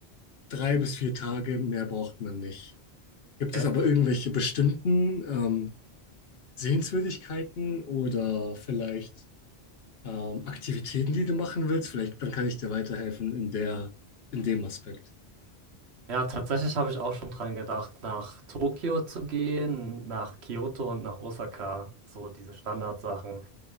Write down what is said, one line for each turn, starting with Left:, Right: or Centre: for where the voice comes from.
Left: drei bis vier Tage. Mehr braucht man nicht. Gibt
Right: okay.
Left: es aber irgendwelche bestimmten ähm, Sehenswürdigkeiten oder vielleicht ähm, Aktivitäten, die du machen willst? Vielleicht dann kann ich dir weiterhelfen in der, in dem Aspekt.
Right: Ja, tatsächlich habe ich auch schon dran gedacht, nach Tokio zu gehen, nach Kyoto und nach Osaka. So diese Standardsachen.